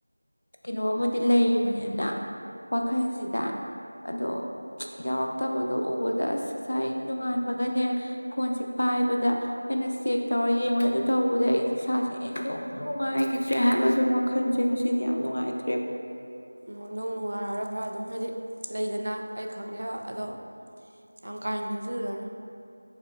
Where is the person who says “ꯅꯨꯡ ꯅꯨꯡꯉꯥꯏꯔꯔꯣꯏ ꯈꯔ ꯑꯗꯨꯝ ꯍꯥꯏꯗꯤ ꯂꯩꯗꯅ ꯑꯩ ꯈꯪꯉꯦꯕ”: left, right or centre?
Right